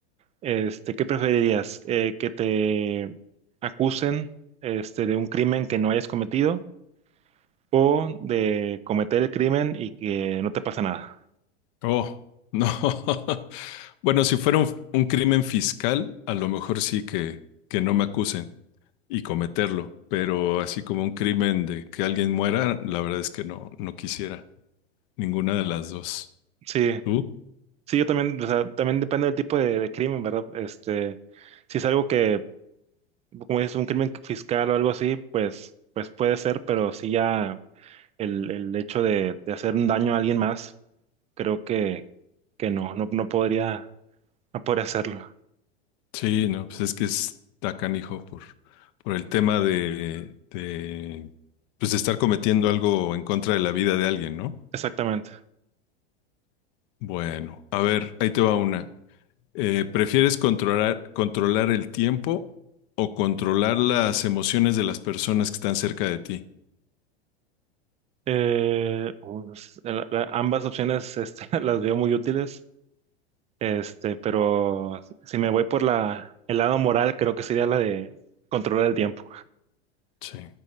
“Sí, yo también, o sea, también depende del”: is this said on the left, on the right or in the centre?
Right